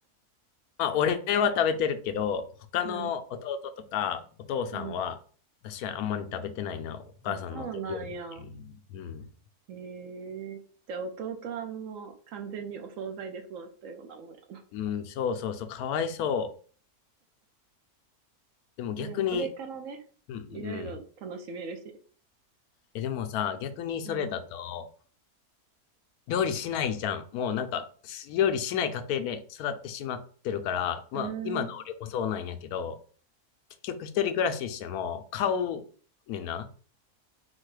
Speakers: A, on the left (about 80°); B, on the right (about 65°).
A: まあ、俺は食べてるけど、他の弟とかお父さんは、
B: うん、うん。
A: 確かにあんまり食べてないな、お母さんの手料理っていう。
B: あ、そうなんや。
A: うん。
B: へえじゃあ弟はもう完全にお惣菜で育ったようなもんや
A: うん、そうそうそう、かわいそう。でも逆に、
B: な。でもこれからね、
A: うん、うん。
B: いろいろ楽しめるし。
A: え、でもさ、逆にそれだと、
B: うん。
A: 料理しないじゃん。もうなんか、料理しない家庭で育ってしまってるから、まあ、
B: うーん。
A: 今の俺もそうなんやけど、結局一人暮らししても、買うねんな。